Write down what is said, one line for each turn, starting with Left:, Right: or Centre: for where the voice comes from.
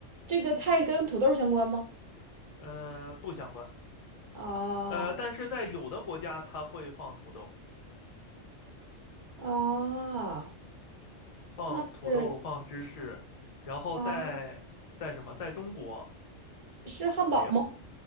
Right: 这个菜跟土豆相关吗？
Left: 呃，不相关，
Right: 啊
Left: 呃，但是在有的国家它会放土豆，
Right: 啊，
Left: 放土豆，
Right: 那是
Left: 放芝士，然后在在什么，
Right: 啊
Left: 在中国
Right: 是汉堡吗？
Left: 没有，